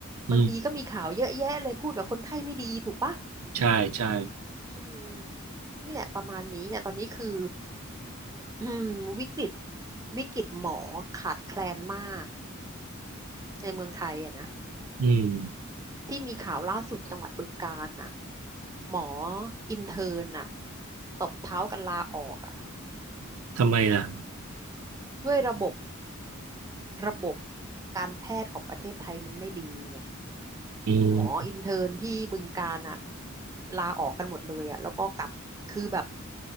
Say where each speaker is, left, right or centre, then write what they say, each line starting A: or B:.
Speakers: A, on the right; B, on the right.
A: อืม
B: บางทีก็มีข่าวเยอะแยะเลยพูดกับคนไข้ไม่ดีถูกปะ
A: ใช่ใช่
B: อืมนี่แหละประมาณนี้เนี่ยตอนนี้คืออืมวิกฤตวิกฤตหมอขาดแคลนมากในเมืองไทยอะนะ
A: อืม
B: ที่มีข่าวล่าสุดจังหวัดบึงกาฬน่ะหมออินเทิร์นน่ะตบเท้ากันลาออกอะ
A: ทำไมล่ะ
B: ด้วยระบบระบบการแพทย์ของประเทศไทยมันไม่ดีไง
A: อืม
B: หมออินเทิร์นที่บึงกาฬอ่ะลาออกกันหมดเลยอ่ะแล้วก็กลับคือแบบ